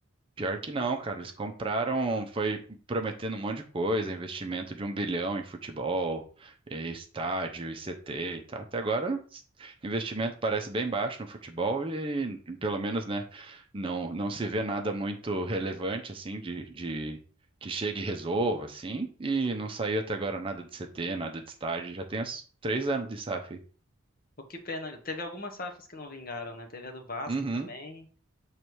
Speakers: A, on the right; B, on the left.
A: Pior que não, cara. Eles compraram, foi prometendo um monte de coisa, investimento de um bilhão em futebol, eh, estádio, ICT e tal. Até agora, s- investimento parece bem baixo no futebol e, pelo menos, né, não, não se vê nada muito relevante, assim, de, de que chegue e resolva, assim. E não saiu até agora nada de CT, nada de estádio. Já tem uns três anos de SAF. aí.
B: Pô, que pena. Teve algumas SAFs que não vingaram, né? Teve a do Vasco
A: Uhum.
B: também.